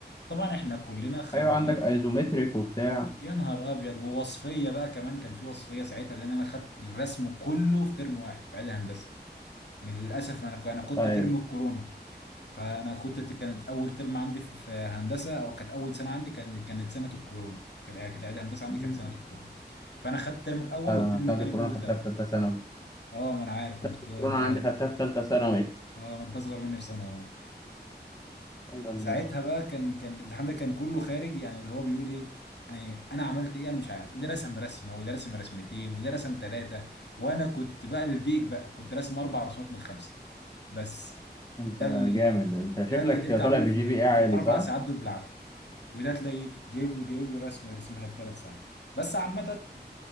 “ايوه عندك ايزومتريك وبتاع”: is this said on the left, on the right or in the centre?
Left